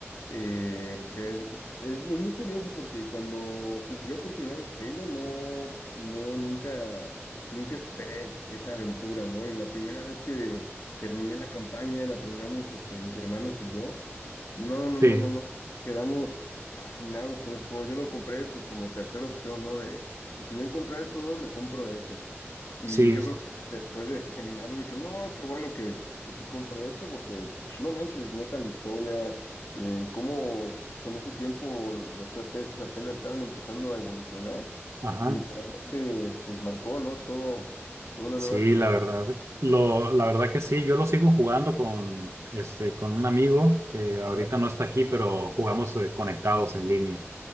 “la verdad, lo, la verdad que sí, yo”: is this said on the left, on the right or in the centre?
Right